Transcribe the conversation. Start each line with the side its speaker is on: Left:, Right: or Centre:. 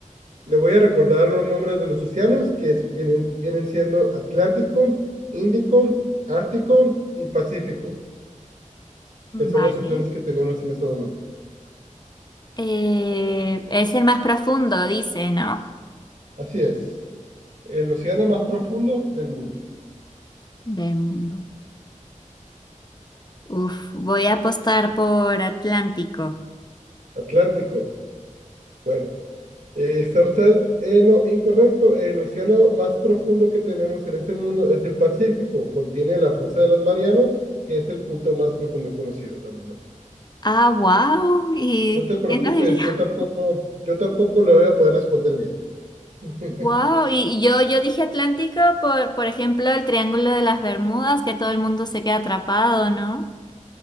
Right: Le voy a recordar los nombres de los océanos, que es- vienen, vienen siendo Atlántico, Índico, Ártico y Pacífico, que son
Left: Vale.
Right: las opciones que tenemos en este momento.
Left: Eh, es el más profundo, dice, ¿no?
Right: Así es. El océano más profundo del mundo.
Left: del mundo. Uf, voy a apostar por Atlántico.
Right: Atlántico. Bueno, eh, está usted en lo incorrecto. El océano más profundo que tenemos en este mundo es el Pacífico. Contiene la fosa de las Marianas, que es el punto más profundo conocido de momento.
Left: Ah, wow. ¿Y
Right: No te preocupes,
Left: quién lo diría?
Right: yo tampoco, yo tampoco lo voy a poder responder bien. <laughs>
Left: Wow. Y, y yo, yo dije Atlántico por, por ejemplo, el Triángulo de las Bermudas, que todo el mundo se queda atrapado, ¿no?